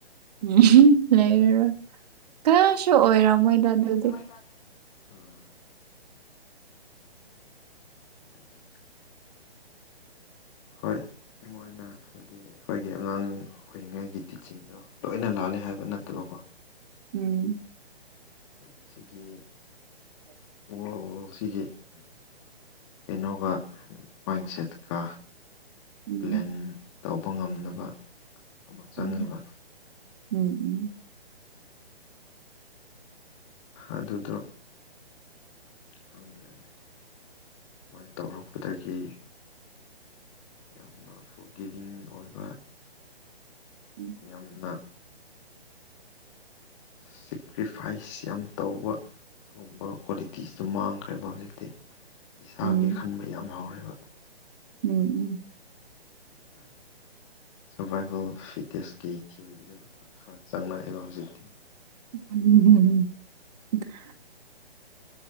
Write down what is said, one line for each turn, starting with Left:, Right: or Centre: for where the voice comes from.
Right: ꯎꯝ ꯂꯩꯔꯔꯣꯏ ꯀꯌꯥꯁꯨ ꯑꯣꯏꯔꯝ ꯃꯣꯏ ꯑꯗꯨꯗꯤ
Left: <unintelligible> ꯎꯝ <inaudible> <unintelligible> ꯍꯣꯏ ꯃꯣꯏꯅ ꯍꯥꯏ ꯍꯥꯏꯗꯤ ꯑꯩꯈꯣꯏꯒꯤ ꯑꯉꯥꯡ ꯑꯣꯏꯔꯤꯉꯩꯒꯤ ꯇꯤꯆꯤꯡꯗꯣ ꯂꯣꯏꯅ ꯂꯥꯂꯦ ꯍꯥꯏꯕ ꯅꯠꯇꯕꯀꯣ
Right: ꯎꯝ
Left: ꯑꯁꯤꯒꯤ
Right: ꯍ
Left: ꯋꯜꯁꯤꯒꯤ ꯀꯩꯅꯣꯒ ꯃꯥꯏꯟꯁꯦꯠꯀ
Right: ꯎꯝ
Left: ꯕ꯭ꯂꯦꯟ ꯇꯧꯕ ꯉꯝꯅꯕ ꯑꯃ ꯆꯪꯉꯦꯕ
Right: ꯎꯝ ꯎꯝ ꯎꯝ
Left: ꯑꯗꯨꯗꯣ ꯈꯪꯗ꯭ꯔꯦꯅꯤ ꯁꯨꯃꯥꯏꯅ ꯇꯧꯔꯛꯄꯗꯒꯤ ꯌꯥꯝꯅ ꯐꯣꯔꯒꯤꯕꯤꯡ ꯑꯣꯏꯕ
Right: ꯎꯝ
Left: ꯌꯥꯝꯅ ꯁꯦꯀ꯭ꯔꯤꯐꯥꯏꯁ ꯌꯥꯝ ꯇꯧꯕ ꯑꯗꯨꯒꯨꯝꯕ ꯀ꯭ꯋꯥꯂꯤꯇꯤꯁ ꯁ ꯃꯥꯡꯈ꯭ꯔꯦꯕ ꯍꯧꯖꯤꯛꯇꯤ ꯏꯁꯥꯒꯤ
Right: ꯎꯝ
Left: ꯈꯟꯕ ꯌꯥꯝ ꯍꯧꯔꯦꯕ
Right: ꯎꯝ ꯎꯝ
Left: ꯁꯔꯚꯏꯚꯦꯜ ꯐꯤꯠꯅꯦꯁꯀꯤ ꯊꯤꯑꯣꯔꯤꯗꯨ ꯈꯔ ꯆꯪꯉꯛꯑꯦꯕ ꯍꯧꯖꯤꯛꯇꯤ
Right: ꯎꯝ ꯎꯝ ꯎꯝ